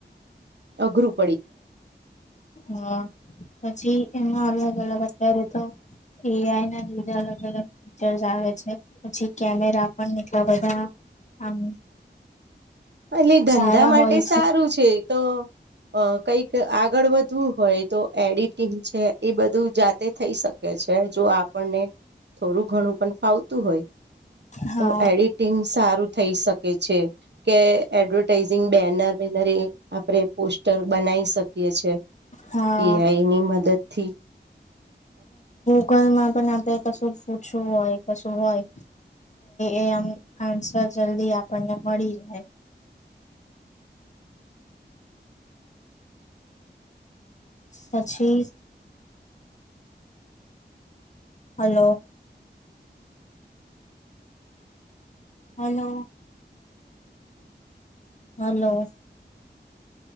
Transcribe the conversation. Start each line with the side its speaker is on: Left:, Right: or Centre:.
Right: અગ્રું.
Left: હા પછી એમાં અલગ અલગ અત્યારે તો એઆઈ ના લીધા અલગ અલગ ફીચર્સ આવે છે પછી કેમેરા પણ એટલા બધા આમ
Right: એટલે ધંધા
Left: સારા
Right: માટે
Left: હોય
Right: સારું છે તો કઈક કે આગળ વધવું હોય તો એડિટિંગ છે એ બધું જાતે થઈ શકે છે જો આપણને થોડું ઘણું પણ ફાવતું હોય.
Left: હા
Right: તો એડિટિંગ સારું થઈ શકે. કે એડવર્ટાઈઝિંગ બેનર વનર આપણે પોસ્ટર બનાવી શકીએ છે
Left: હા
Right: એઆઈ ની મદદથી
Left: ગૂગલ માં પણ આપણે કશું પૂછવું હોય કશું હોય. એમ આન્સર જલ્દી આપણને મળી જાય
Right: <inaudible>
Left: સાચી. હાલો. હલો. હલો.